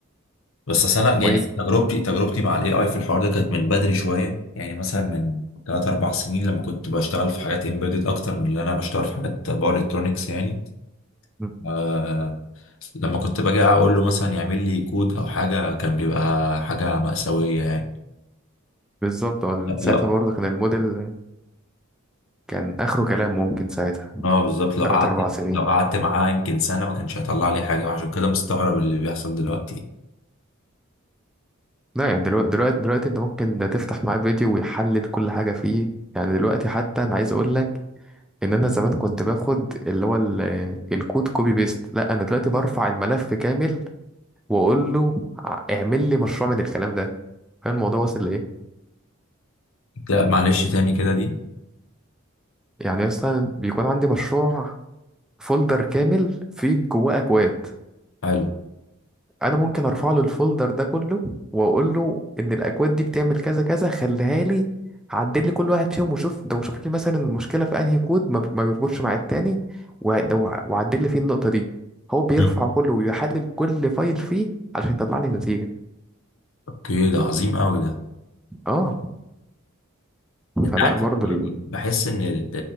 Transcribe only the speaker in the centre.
وي-
مم.
بالظبط اه لأن ساعتها
برضه كان الموديل كان آخره كلام ممكن ساعتها
تلات
أربع سنين
لا يعني دلوقتي دلوقتي دلوقتي أنت ممكن تفتح معاه فيديو ويحلل كل حاجة فيه يعني دلوقتي حتى أنا عايز أقول لك ان انا زمان كنت باخد اللي هو ال- الكود كوبي بيست لا انا دلوقتي برفع الملف كامل واقول له ع- اعمل لي مشروع من الكلام ده فاهم الموضوع وصل لايه
يعني اصلا بيكون عندي مشروع فولدر كامل فيه جواه اكواد
انا ممكن ارفع له الفولدر ده كله واقول له ان الاكواد دي بتعمل كذا كذا خليها لي عدل لي كل واحد فيهم وشوف ده وشوف لي مثلا المشكله في انهي كود ما بت- ما بيربطش مع التاني وع- ده وع- وعدل لي فيه النقطه دي هو بيرفع
كله ويحلل كل فايل فيه علشان يطلع لي نتيجه
اه
فلا
برضو
ال...